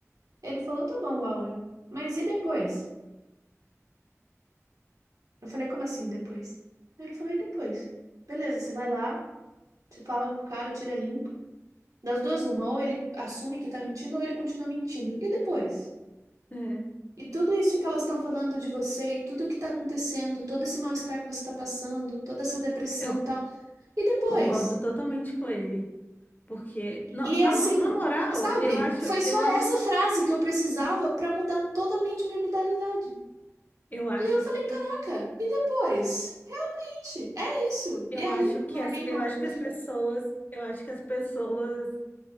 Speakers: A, on the right; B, on the left.
A: ele falou: "Tá bom, Laura, mas e depois?" Eu falei, como assim depois? Aí Ele falou, e depois? Beleza, você vai lá, você fala com o cara, tira limpo. Das duas, uma, ou ele assume que tá mentindo, ou ele continua mentindo. E depois?
B: É.
A: E tudo isso que elas estão falando de você, e tudo que tá acontecendo, todo esse mal-estar que você tá passando, toda essa depressão
B: Eu
A: e tal. E depois?
B: concordo totalmente com ele. Porque, na,
A: E
B: na,
A: assim,
B: mo- na moral,
A: sabe?
B: eu acho,
A: Foi só
B: eu acho,
A: essa frase que eu precisava pra mudar totalmente minha mentalidade.
B: eu acho
A: E aí eu falei,
B: que,
A: caraca, e depois? Gente, é isso.
B: eu
A: E aí,
B: acho que
A: larguei
B: as,
A: mão.
B: eu acho que as pessoas, eu acho que as pessoas